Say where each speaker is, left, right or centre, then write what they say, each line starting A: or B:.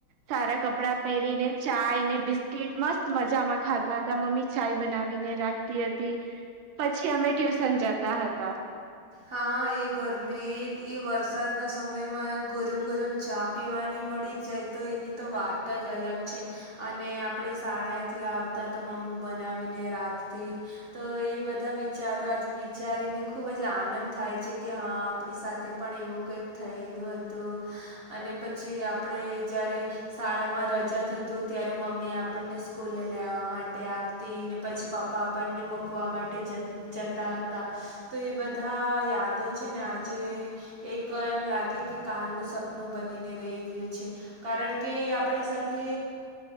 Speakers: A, on the right; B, on the right.
A: સારા કપડા પહેરીને ચાય ને બિસ્કીિટ મસ્ત મજામાં ખાતા હતા મમ્મી ચાય બનાવી રાખતી હતી પછી અમે ટ્યુશન જતા હતા.
B: હા એ ગરમી એ એ વરસાદના સમયમાં ગરમ ગરમ ચા પીવાની મળી જાય તો એની તો વાત જ અલગ છે અ ને આપણે શાળાએથી આવતા તો મમ્મી બનાવીને રાખતી તો એ બધા વિચાર ચારો આજે વિચારીને ખૂબ જ આનંદ થાય છે કે હા આપણી સાથે પણ એવું કંઈક થયેલું હતું અને પછી આપણે જ્યારે શાળામાં રજા થતું ત્યારે મમ્મી આપણને સ્કૂલે લેવામાં માટે આવતી ને પછી પપ્પા આપને મૂકવા માટે જતા હતા તો એ બધા બધા યાદો છે ને આજે એક એમ લાગે કે કાલનું સપનું બનીને રહી રહી ગયો છે કારણ કે આપણી સાથે